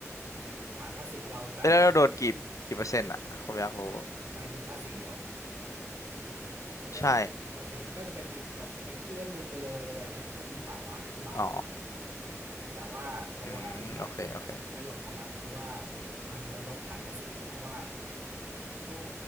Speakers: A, on the right (about 60°); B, on the left (about 80°).
A: ฐานภาษีเราจาก
B: แล้วเราโดนกี่กี่เปอร์เซ็นต์อ่ะผมอยากรู้
A: หมายถึงภาษีเหรอ เรื่องภาษีมันก็จะเป็นอีกแบบอีกเรื่องหนึ่งไปเลยอะไรเงี้ยที่มันสามารถอธิบายต่อได้อีก
B: ใช่อ๋อ
A: แต่ว่าตัวเนี่ย
B: อืมโอเคโอเค
A: ประโยชน์ของมันคือว่ามันไว้ลดฐานภาษีเพราะว่าช่วง